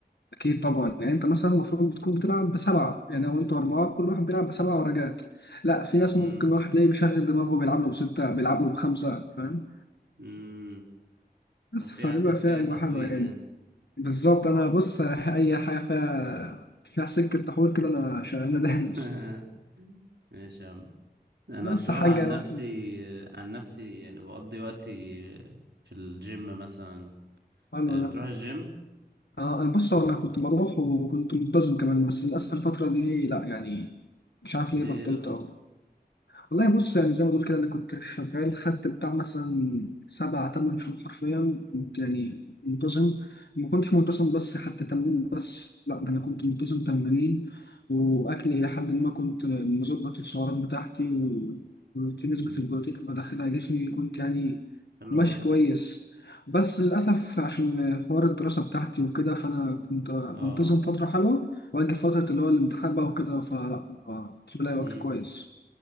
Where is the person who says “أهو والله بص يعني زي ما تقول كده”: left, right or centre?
Left